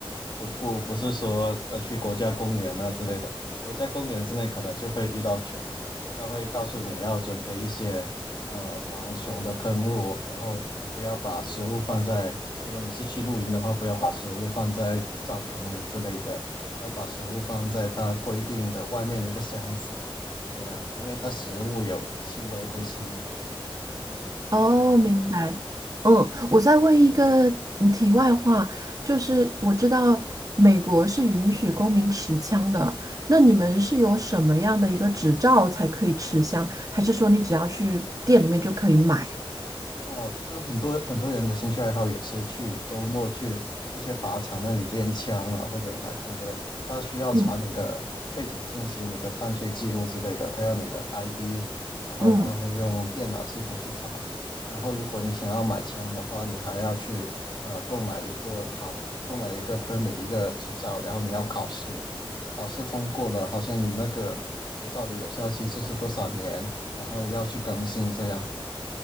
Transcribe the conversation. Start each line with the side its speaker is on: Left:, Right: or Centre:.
Left: 徒步，不是说呃去国家公园啊之类的。国家公园之内可能就会遇到熊，它会告诉你要准备一些呃防熊的喷雾，然后不要把食物放在，如果你是去露营的话，不要把食物放在帐篷里之类的，要把食物放在它规定的外面那个箱子。这样，因为它食物有气味会吸引熊嘛，
Right: 哦，
Left: 是这样的。
Right: 明白。嗯，我再问一个嗯题外话，就是我知道美国是允许公民持枪的，那你们是有什么样的一个执照才可以持枪？还是说你只要去店里面就可以买？
Left: 哦，就是很多很多人的兴趣爱好也是去周末去这些靶场那里练枪啊，或者买枪之类。他需要查你的背景信息、
Right: 嗯
Left: 你的犯罪记录之类的，他要你的 ID，然后他会用电脑系统去查。
Right: 嗯
Left: 然后如果你想要买枪的话，你还要去呃购买一个考，购买一个 permit 一个执照，然后你要考试，考试通过了，好像你那个执照的有效期就是多少年，然后要去更新这样。